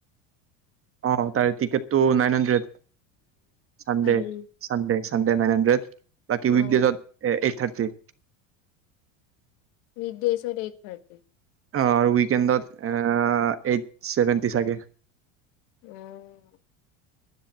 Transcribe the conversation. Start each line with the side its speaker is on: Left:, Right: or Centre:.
Right: অ তাৰে টিকেট টো নাইন হাণ্ড্ৰেড চাণ্ডে
Left: ভাই
Right: চাণ্ডে হানণ্ড্ৰে নাইন হাণ্ড্ৰেড বাকী
Left: অ
Right: উইক দেশত এ থাৰটি
Left: বিডেশৰ এইড যথাৰটি
Right: অ আৰু উইকেণ্ডত এইট চছেভেন্টি চাগে
Left: উম